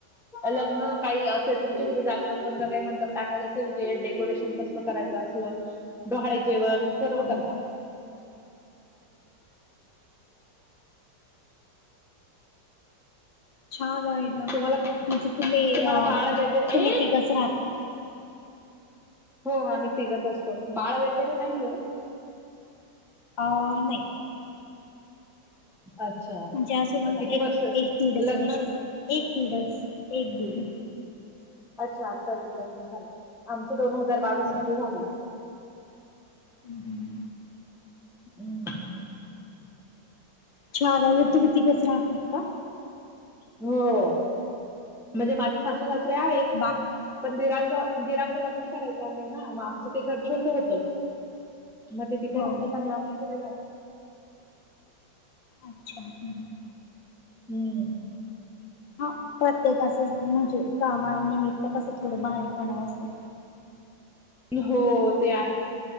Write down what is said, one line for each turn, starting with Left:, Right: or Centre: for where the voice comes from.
Centre: लग्न काही असेल तुमच्या करी जागर बंध काही म्हणतात टाकायचंेल गे डेकोरेशन कसलं करायचं असेल डोहाळे जेवण सर्व
Left: हा हा
Centre: करता
Left: हा छान आहे ना
Centre: तुम्हाला
Left: म्हणजे तुम्ही
Centre: तुम्हाला
Left: अ
Centre: बाळ वगैरे
Left: तुम्ही
Centre: एक
Left: तिघच राहता
Centre: हो आम्ही तिघत असतो बाळ वगैरे नाहीये
Left: अ नाही
Centre: अच्छा
Left: म्हणजे अजून
Centre: किती
Left: एक
Centre: वर्ष
Left: एक दीड असे
Centre: लग्न
Left: एक दीडच एक दीड
Centre: अच्छा! आता लग्न झालय आमचं दोन हजार बावीस
Left: हो
Centre: मध्ये झालयं.
Left: हम् हम्म
Centre: हम्
Left: <unintelligible> तुम्ही तिघचं राहतात का?
Centre: हो म्हणजे माझे सासू सासरे आहेत
Left: बाग
Centre: पण धराचं ीराचं लग्न करायचं आहे ना मग आमचं ते घर छोट होत मग ते तिकडे
Left: हो
Centre: राहतात आणि आम्ही इकडे
Left: अच्छा हम् ह्
Centre: हम्म
Left: हा प्रत्येकाचच म्हणजे कामानिमित्त कसं थोडं बाहेर पडावंचं लागतं
Centre: हो ते आहे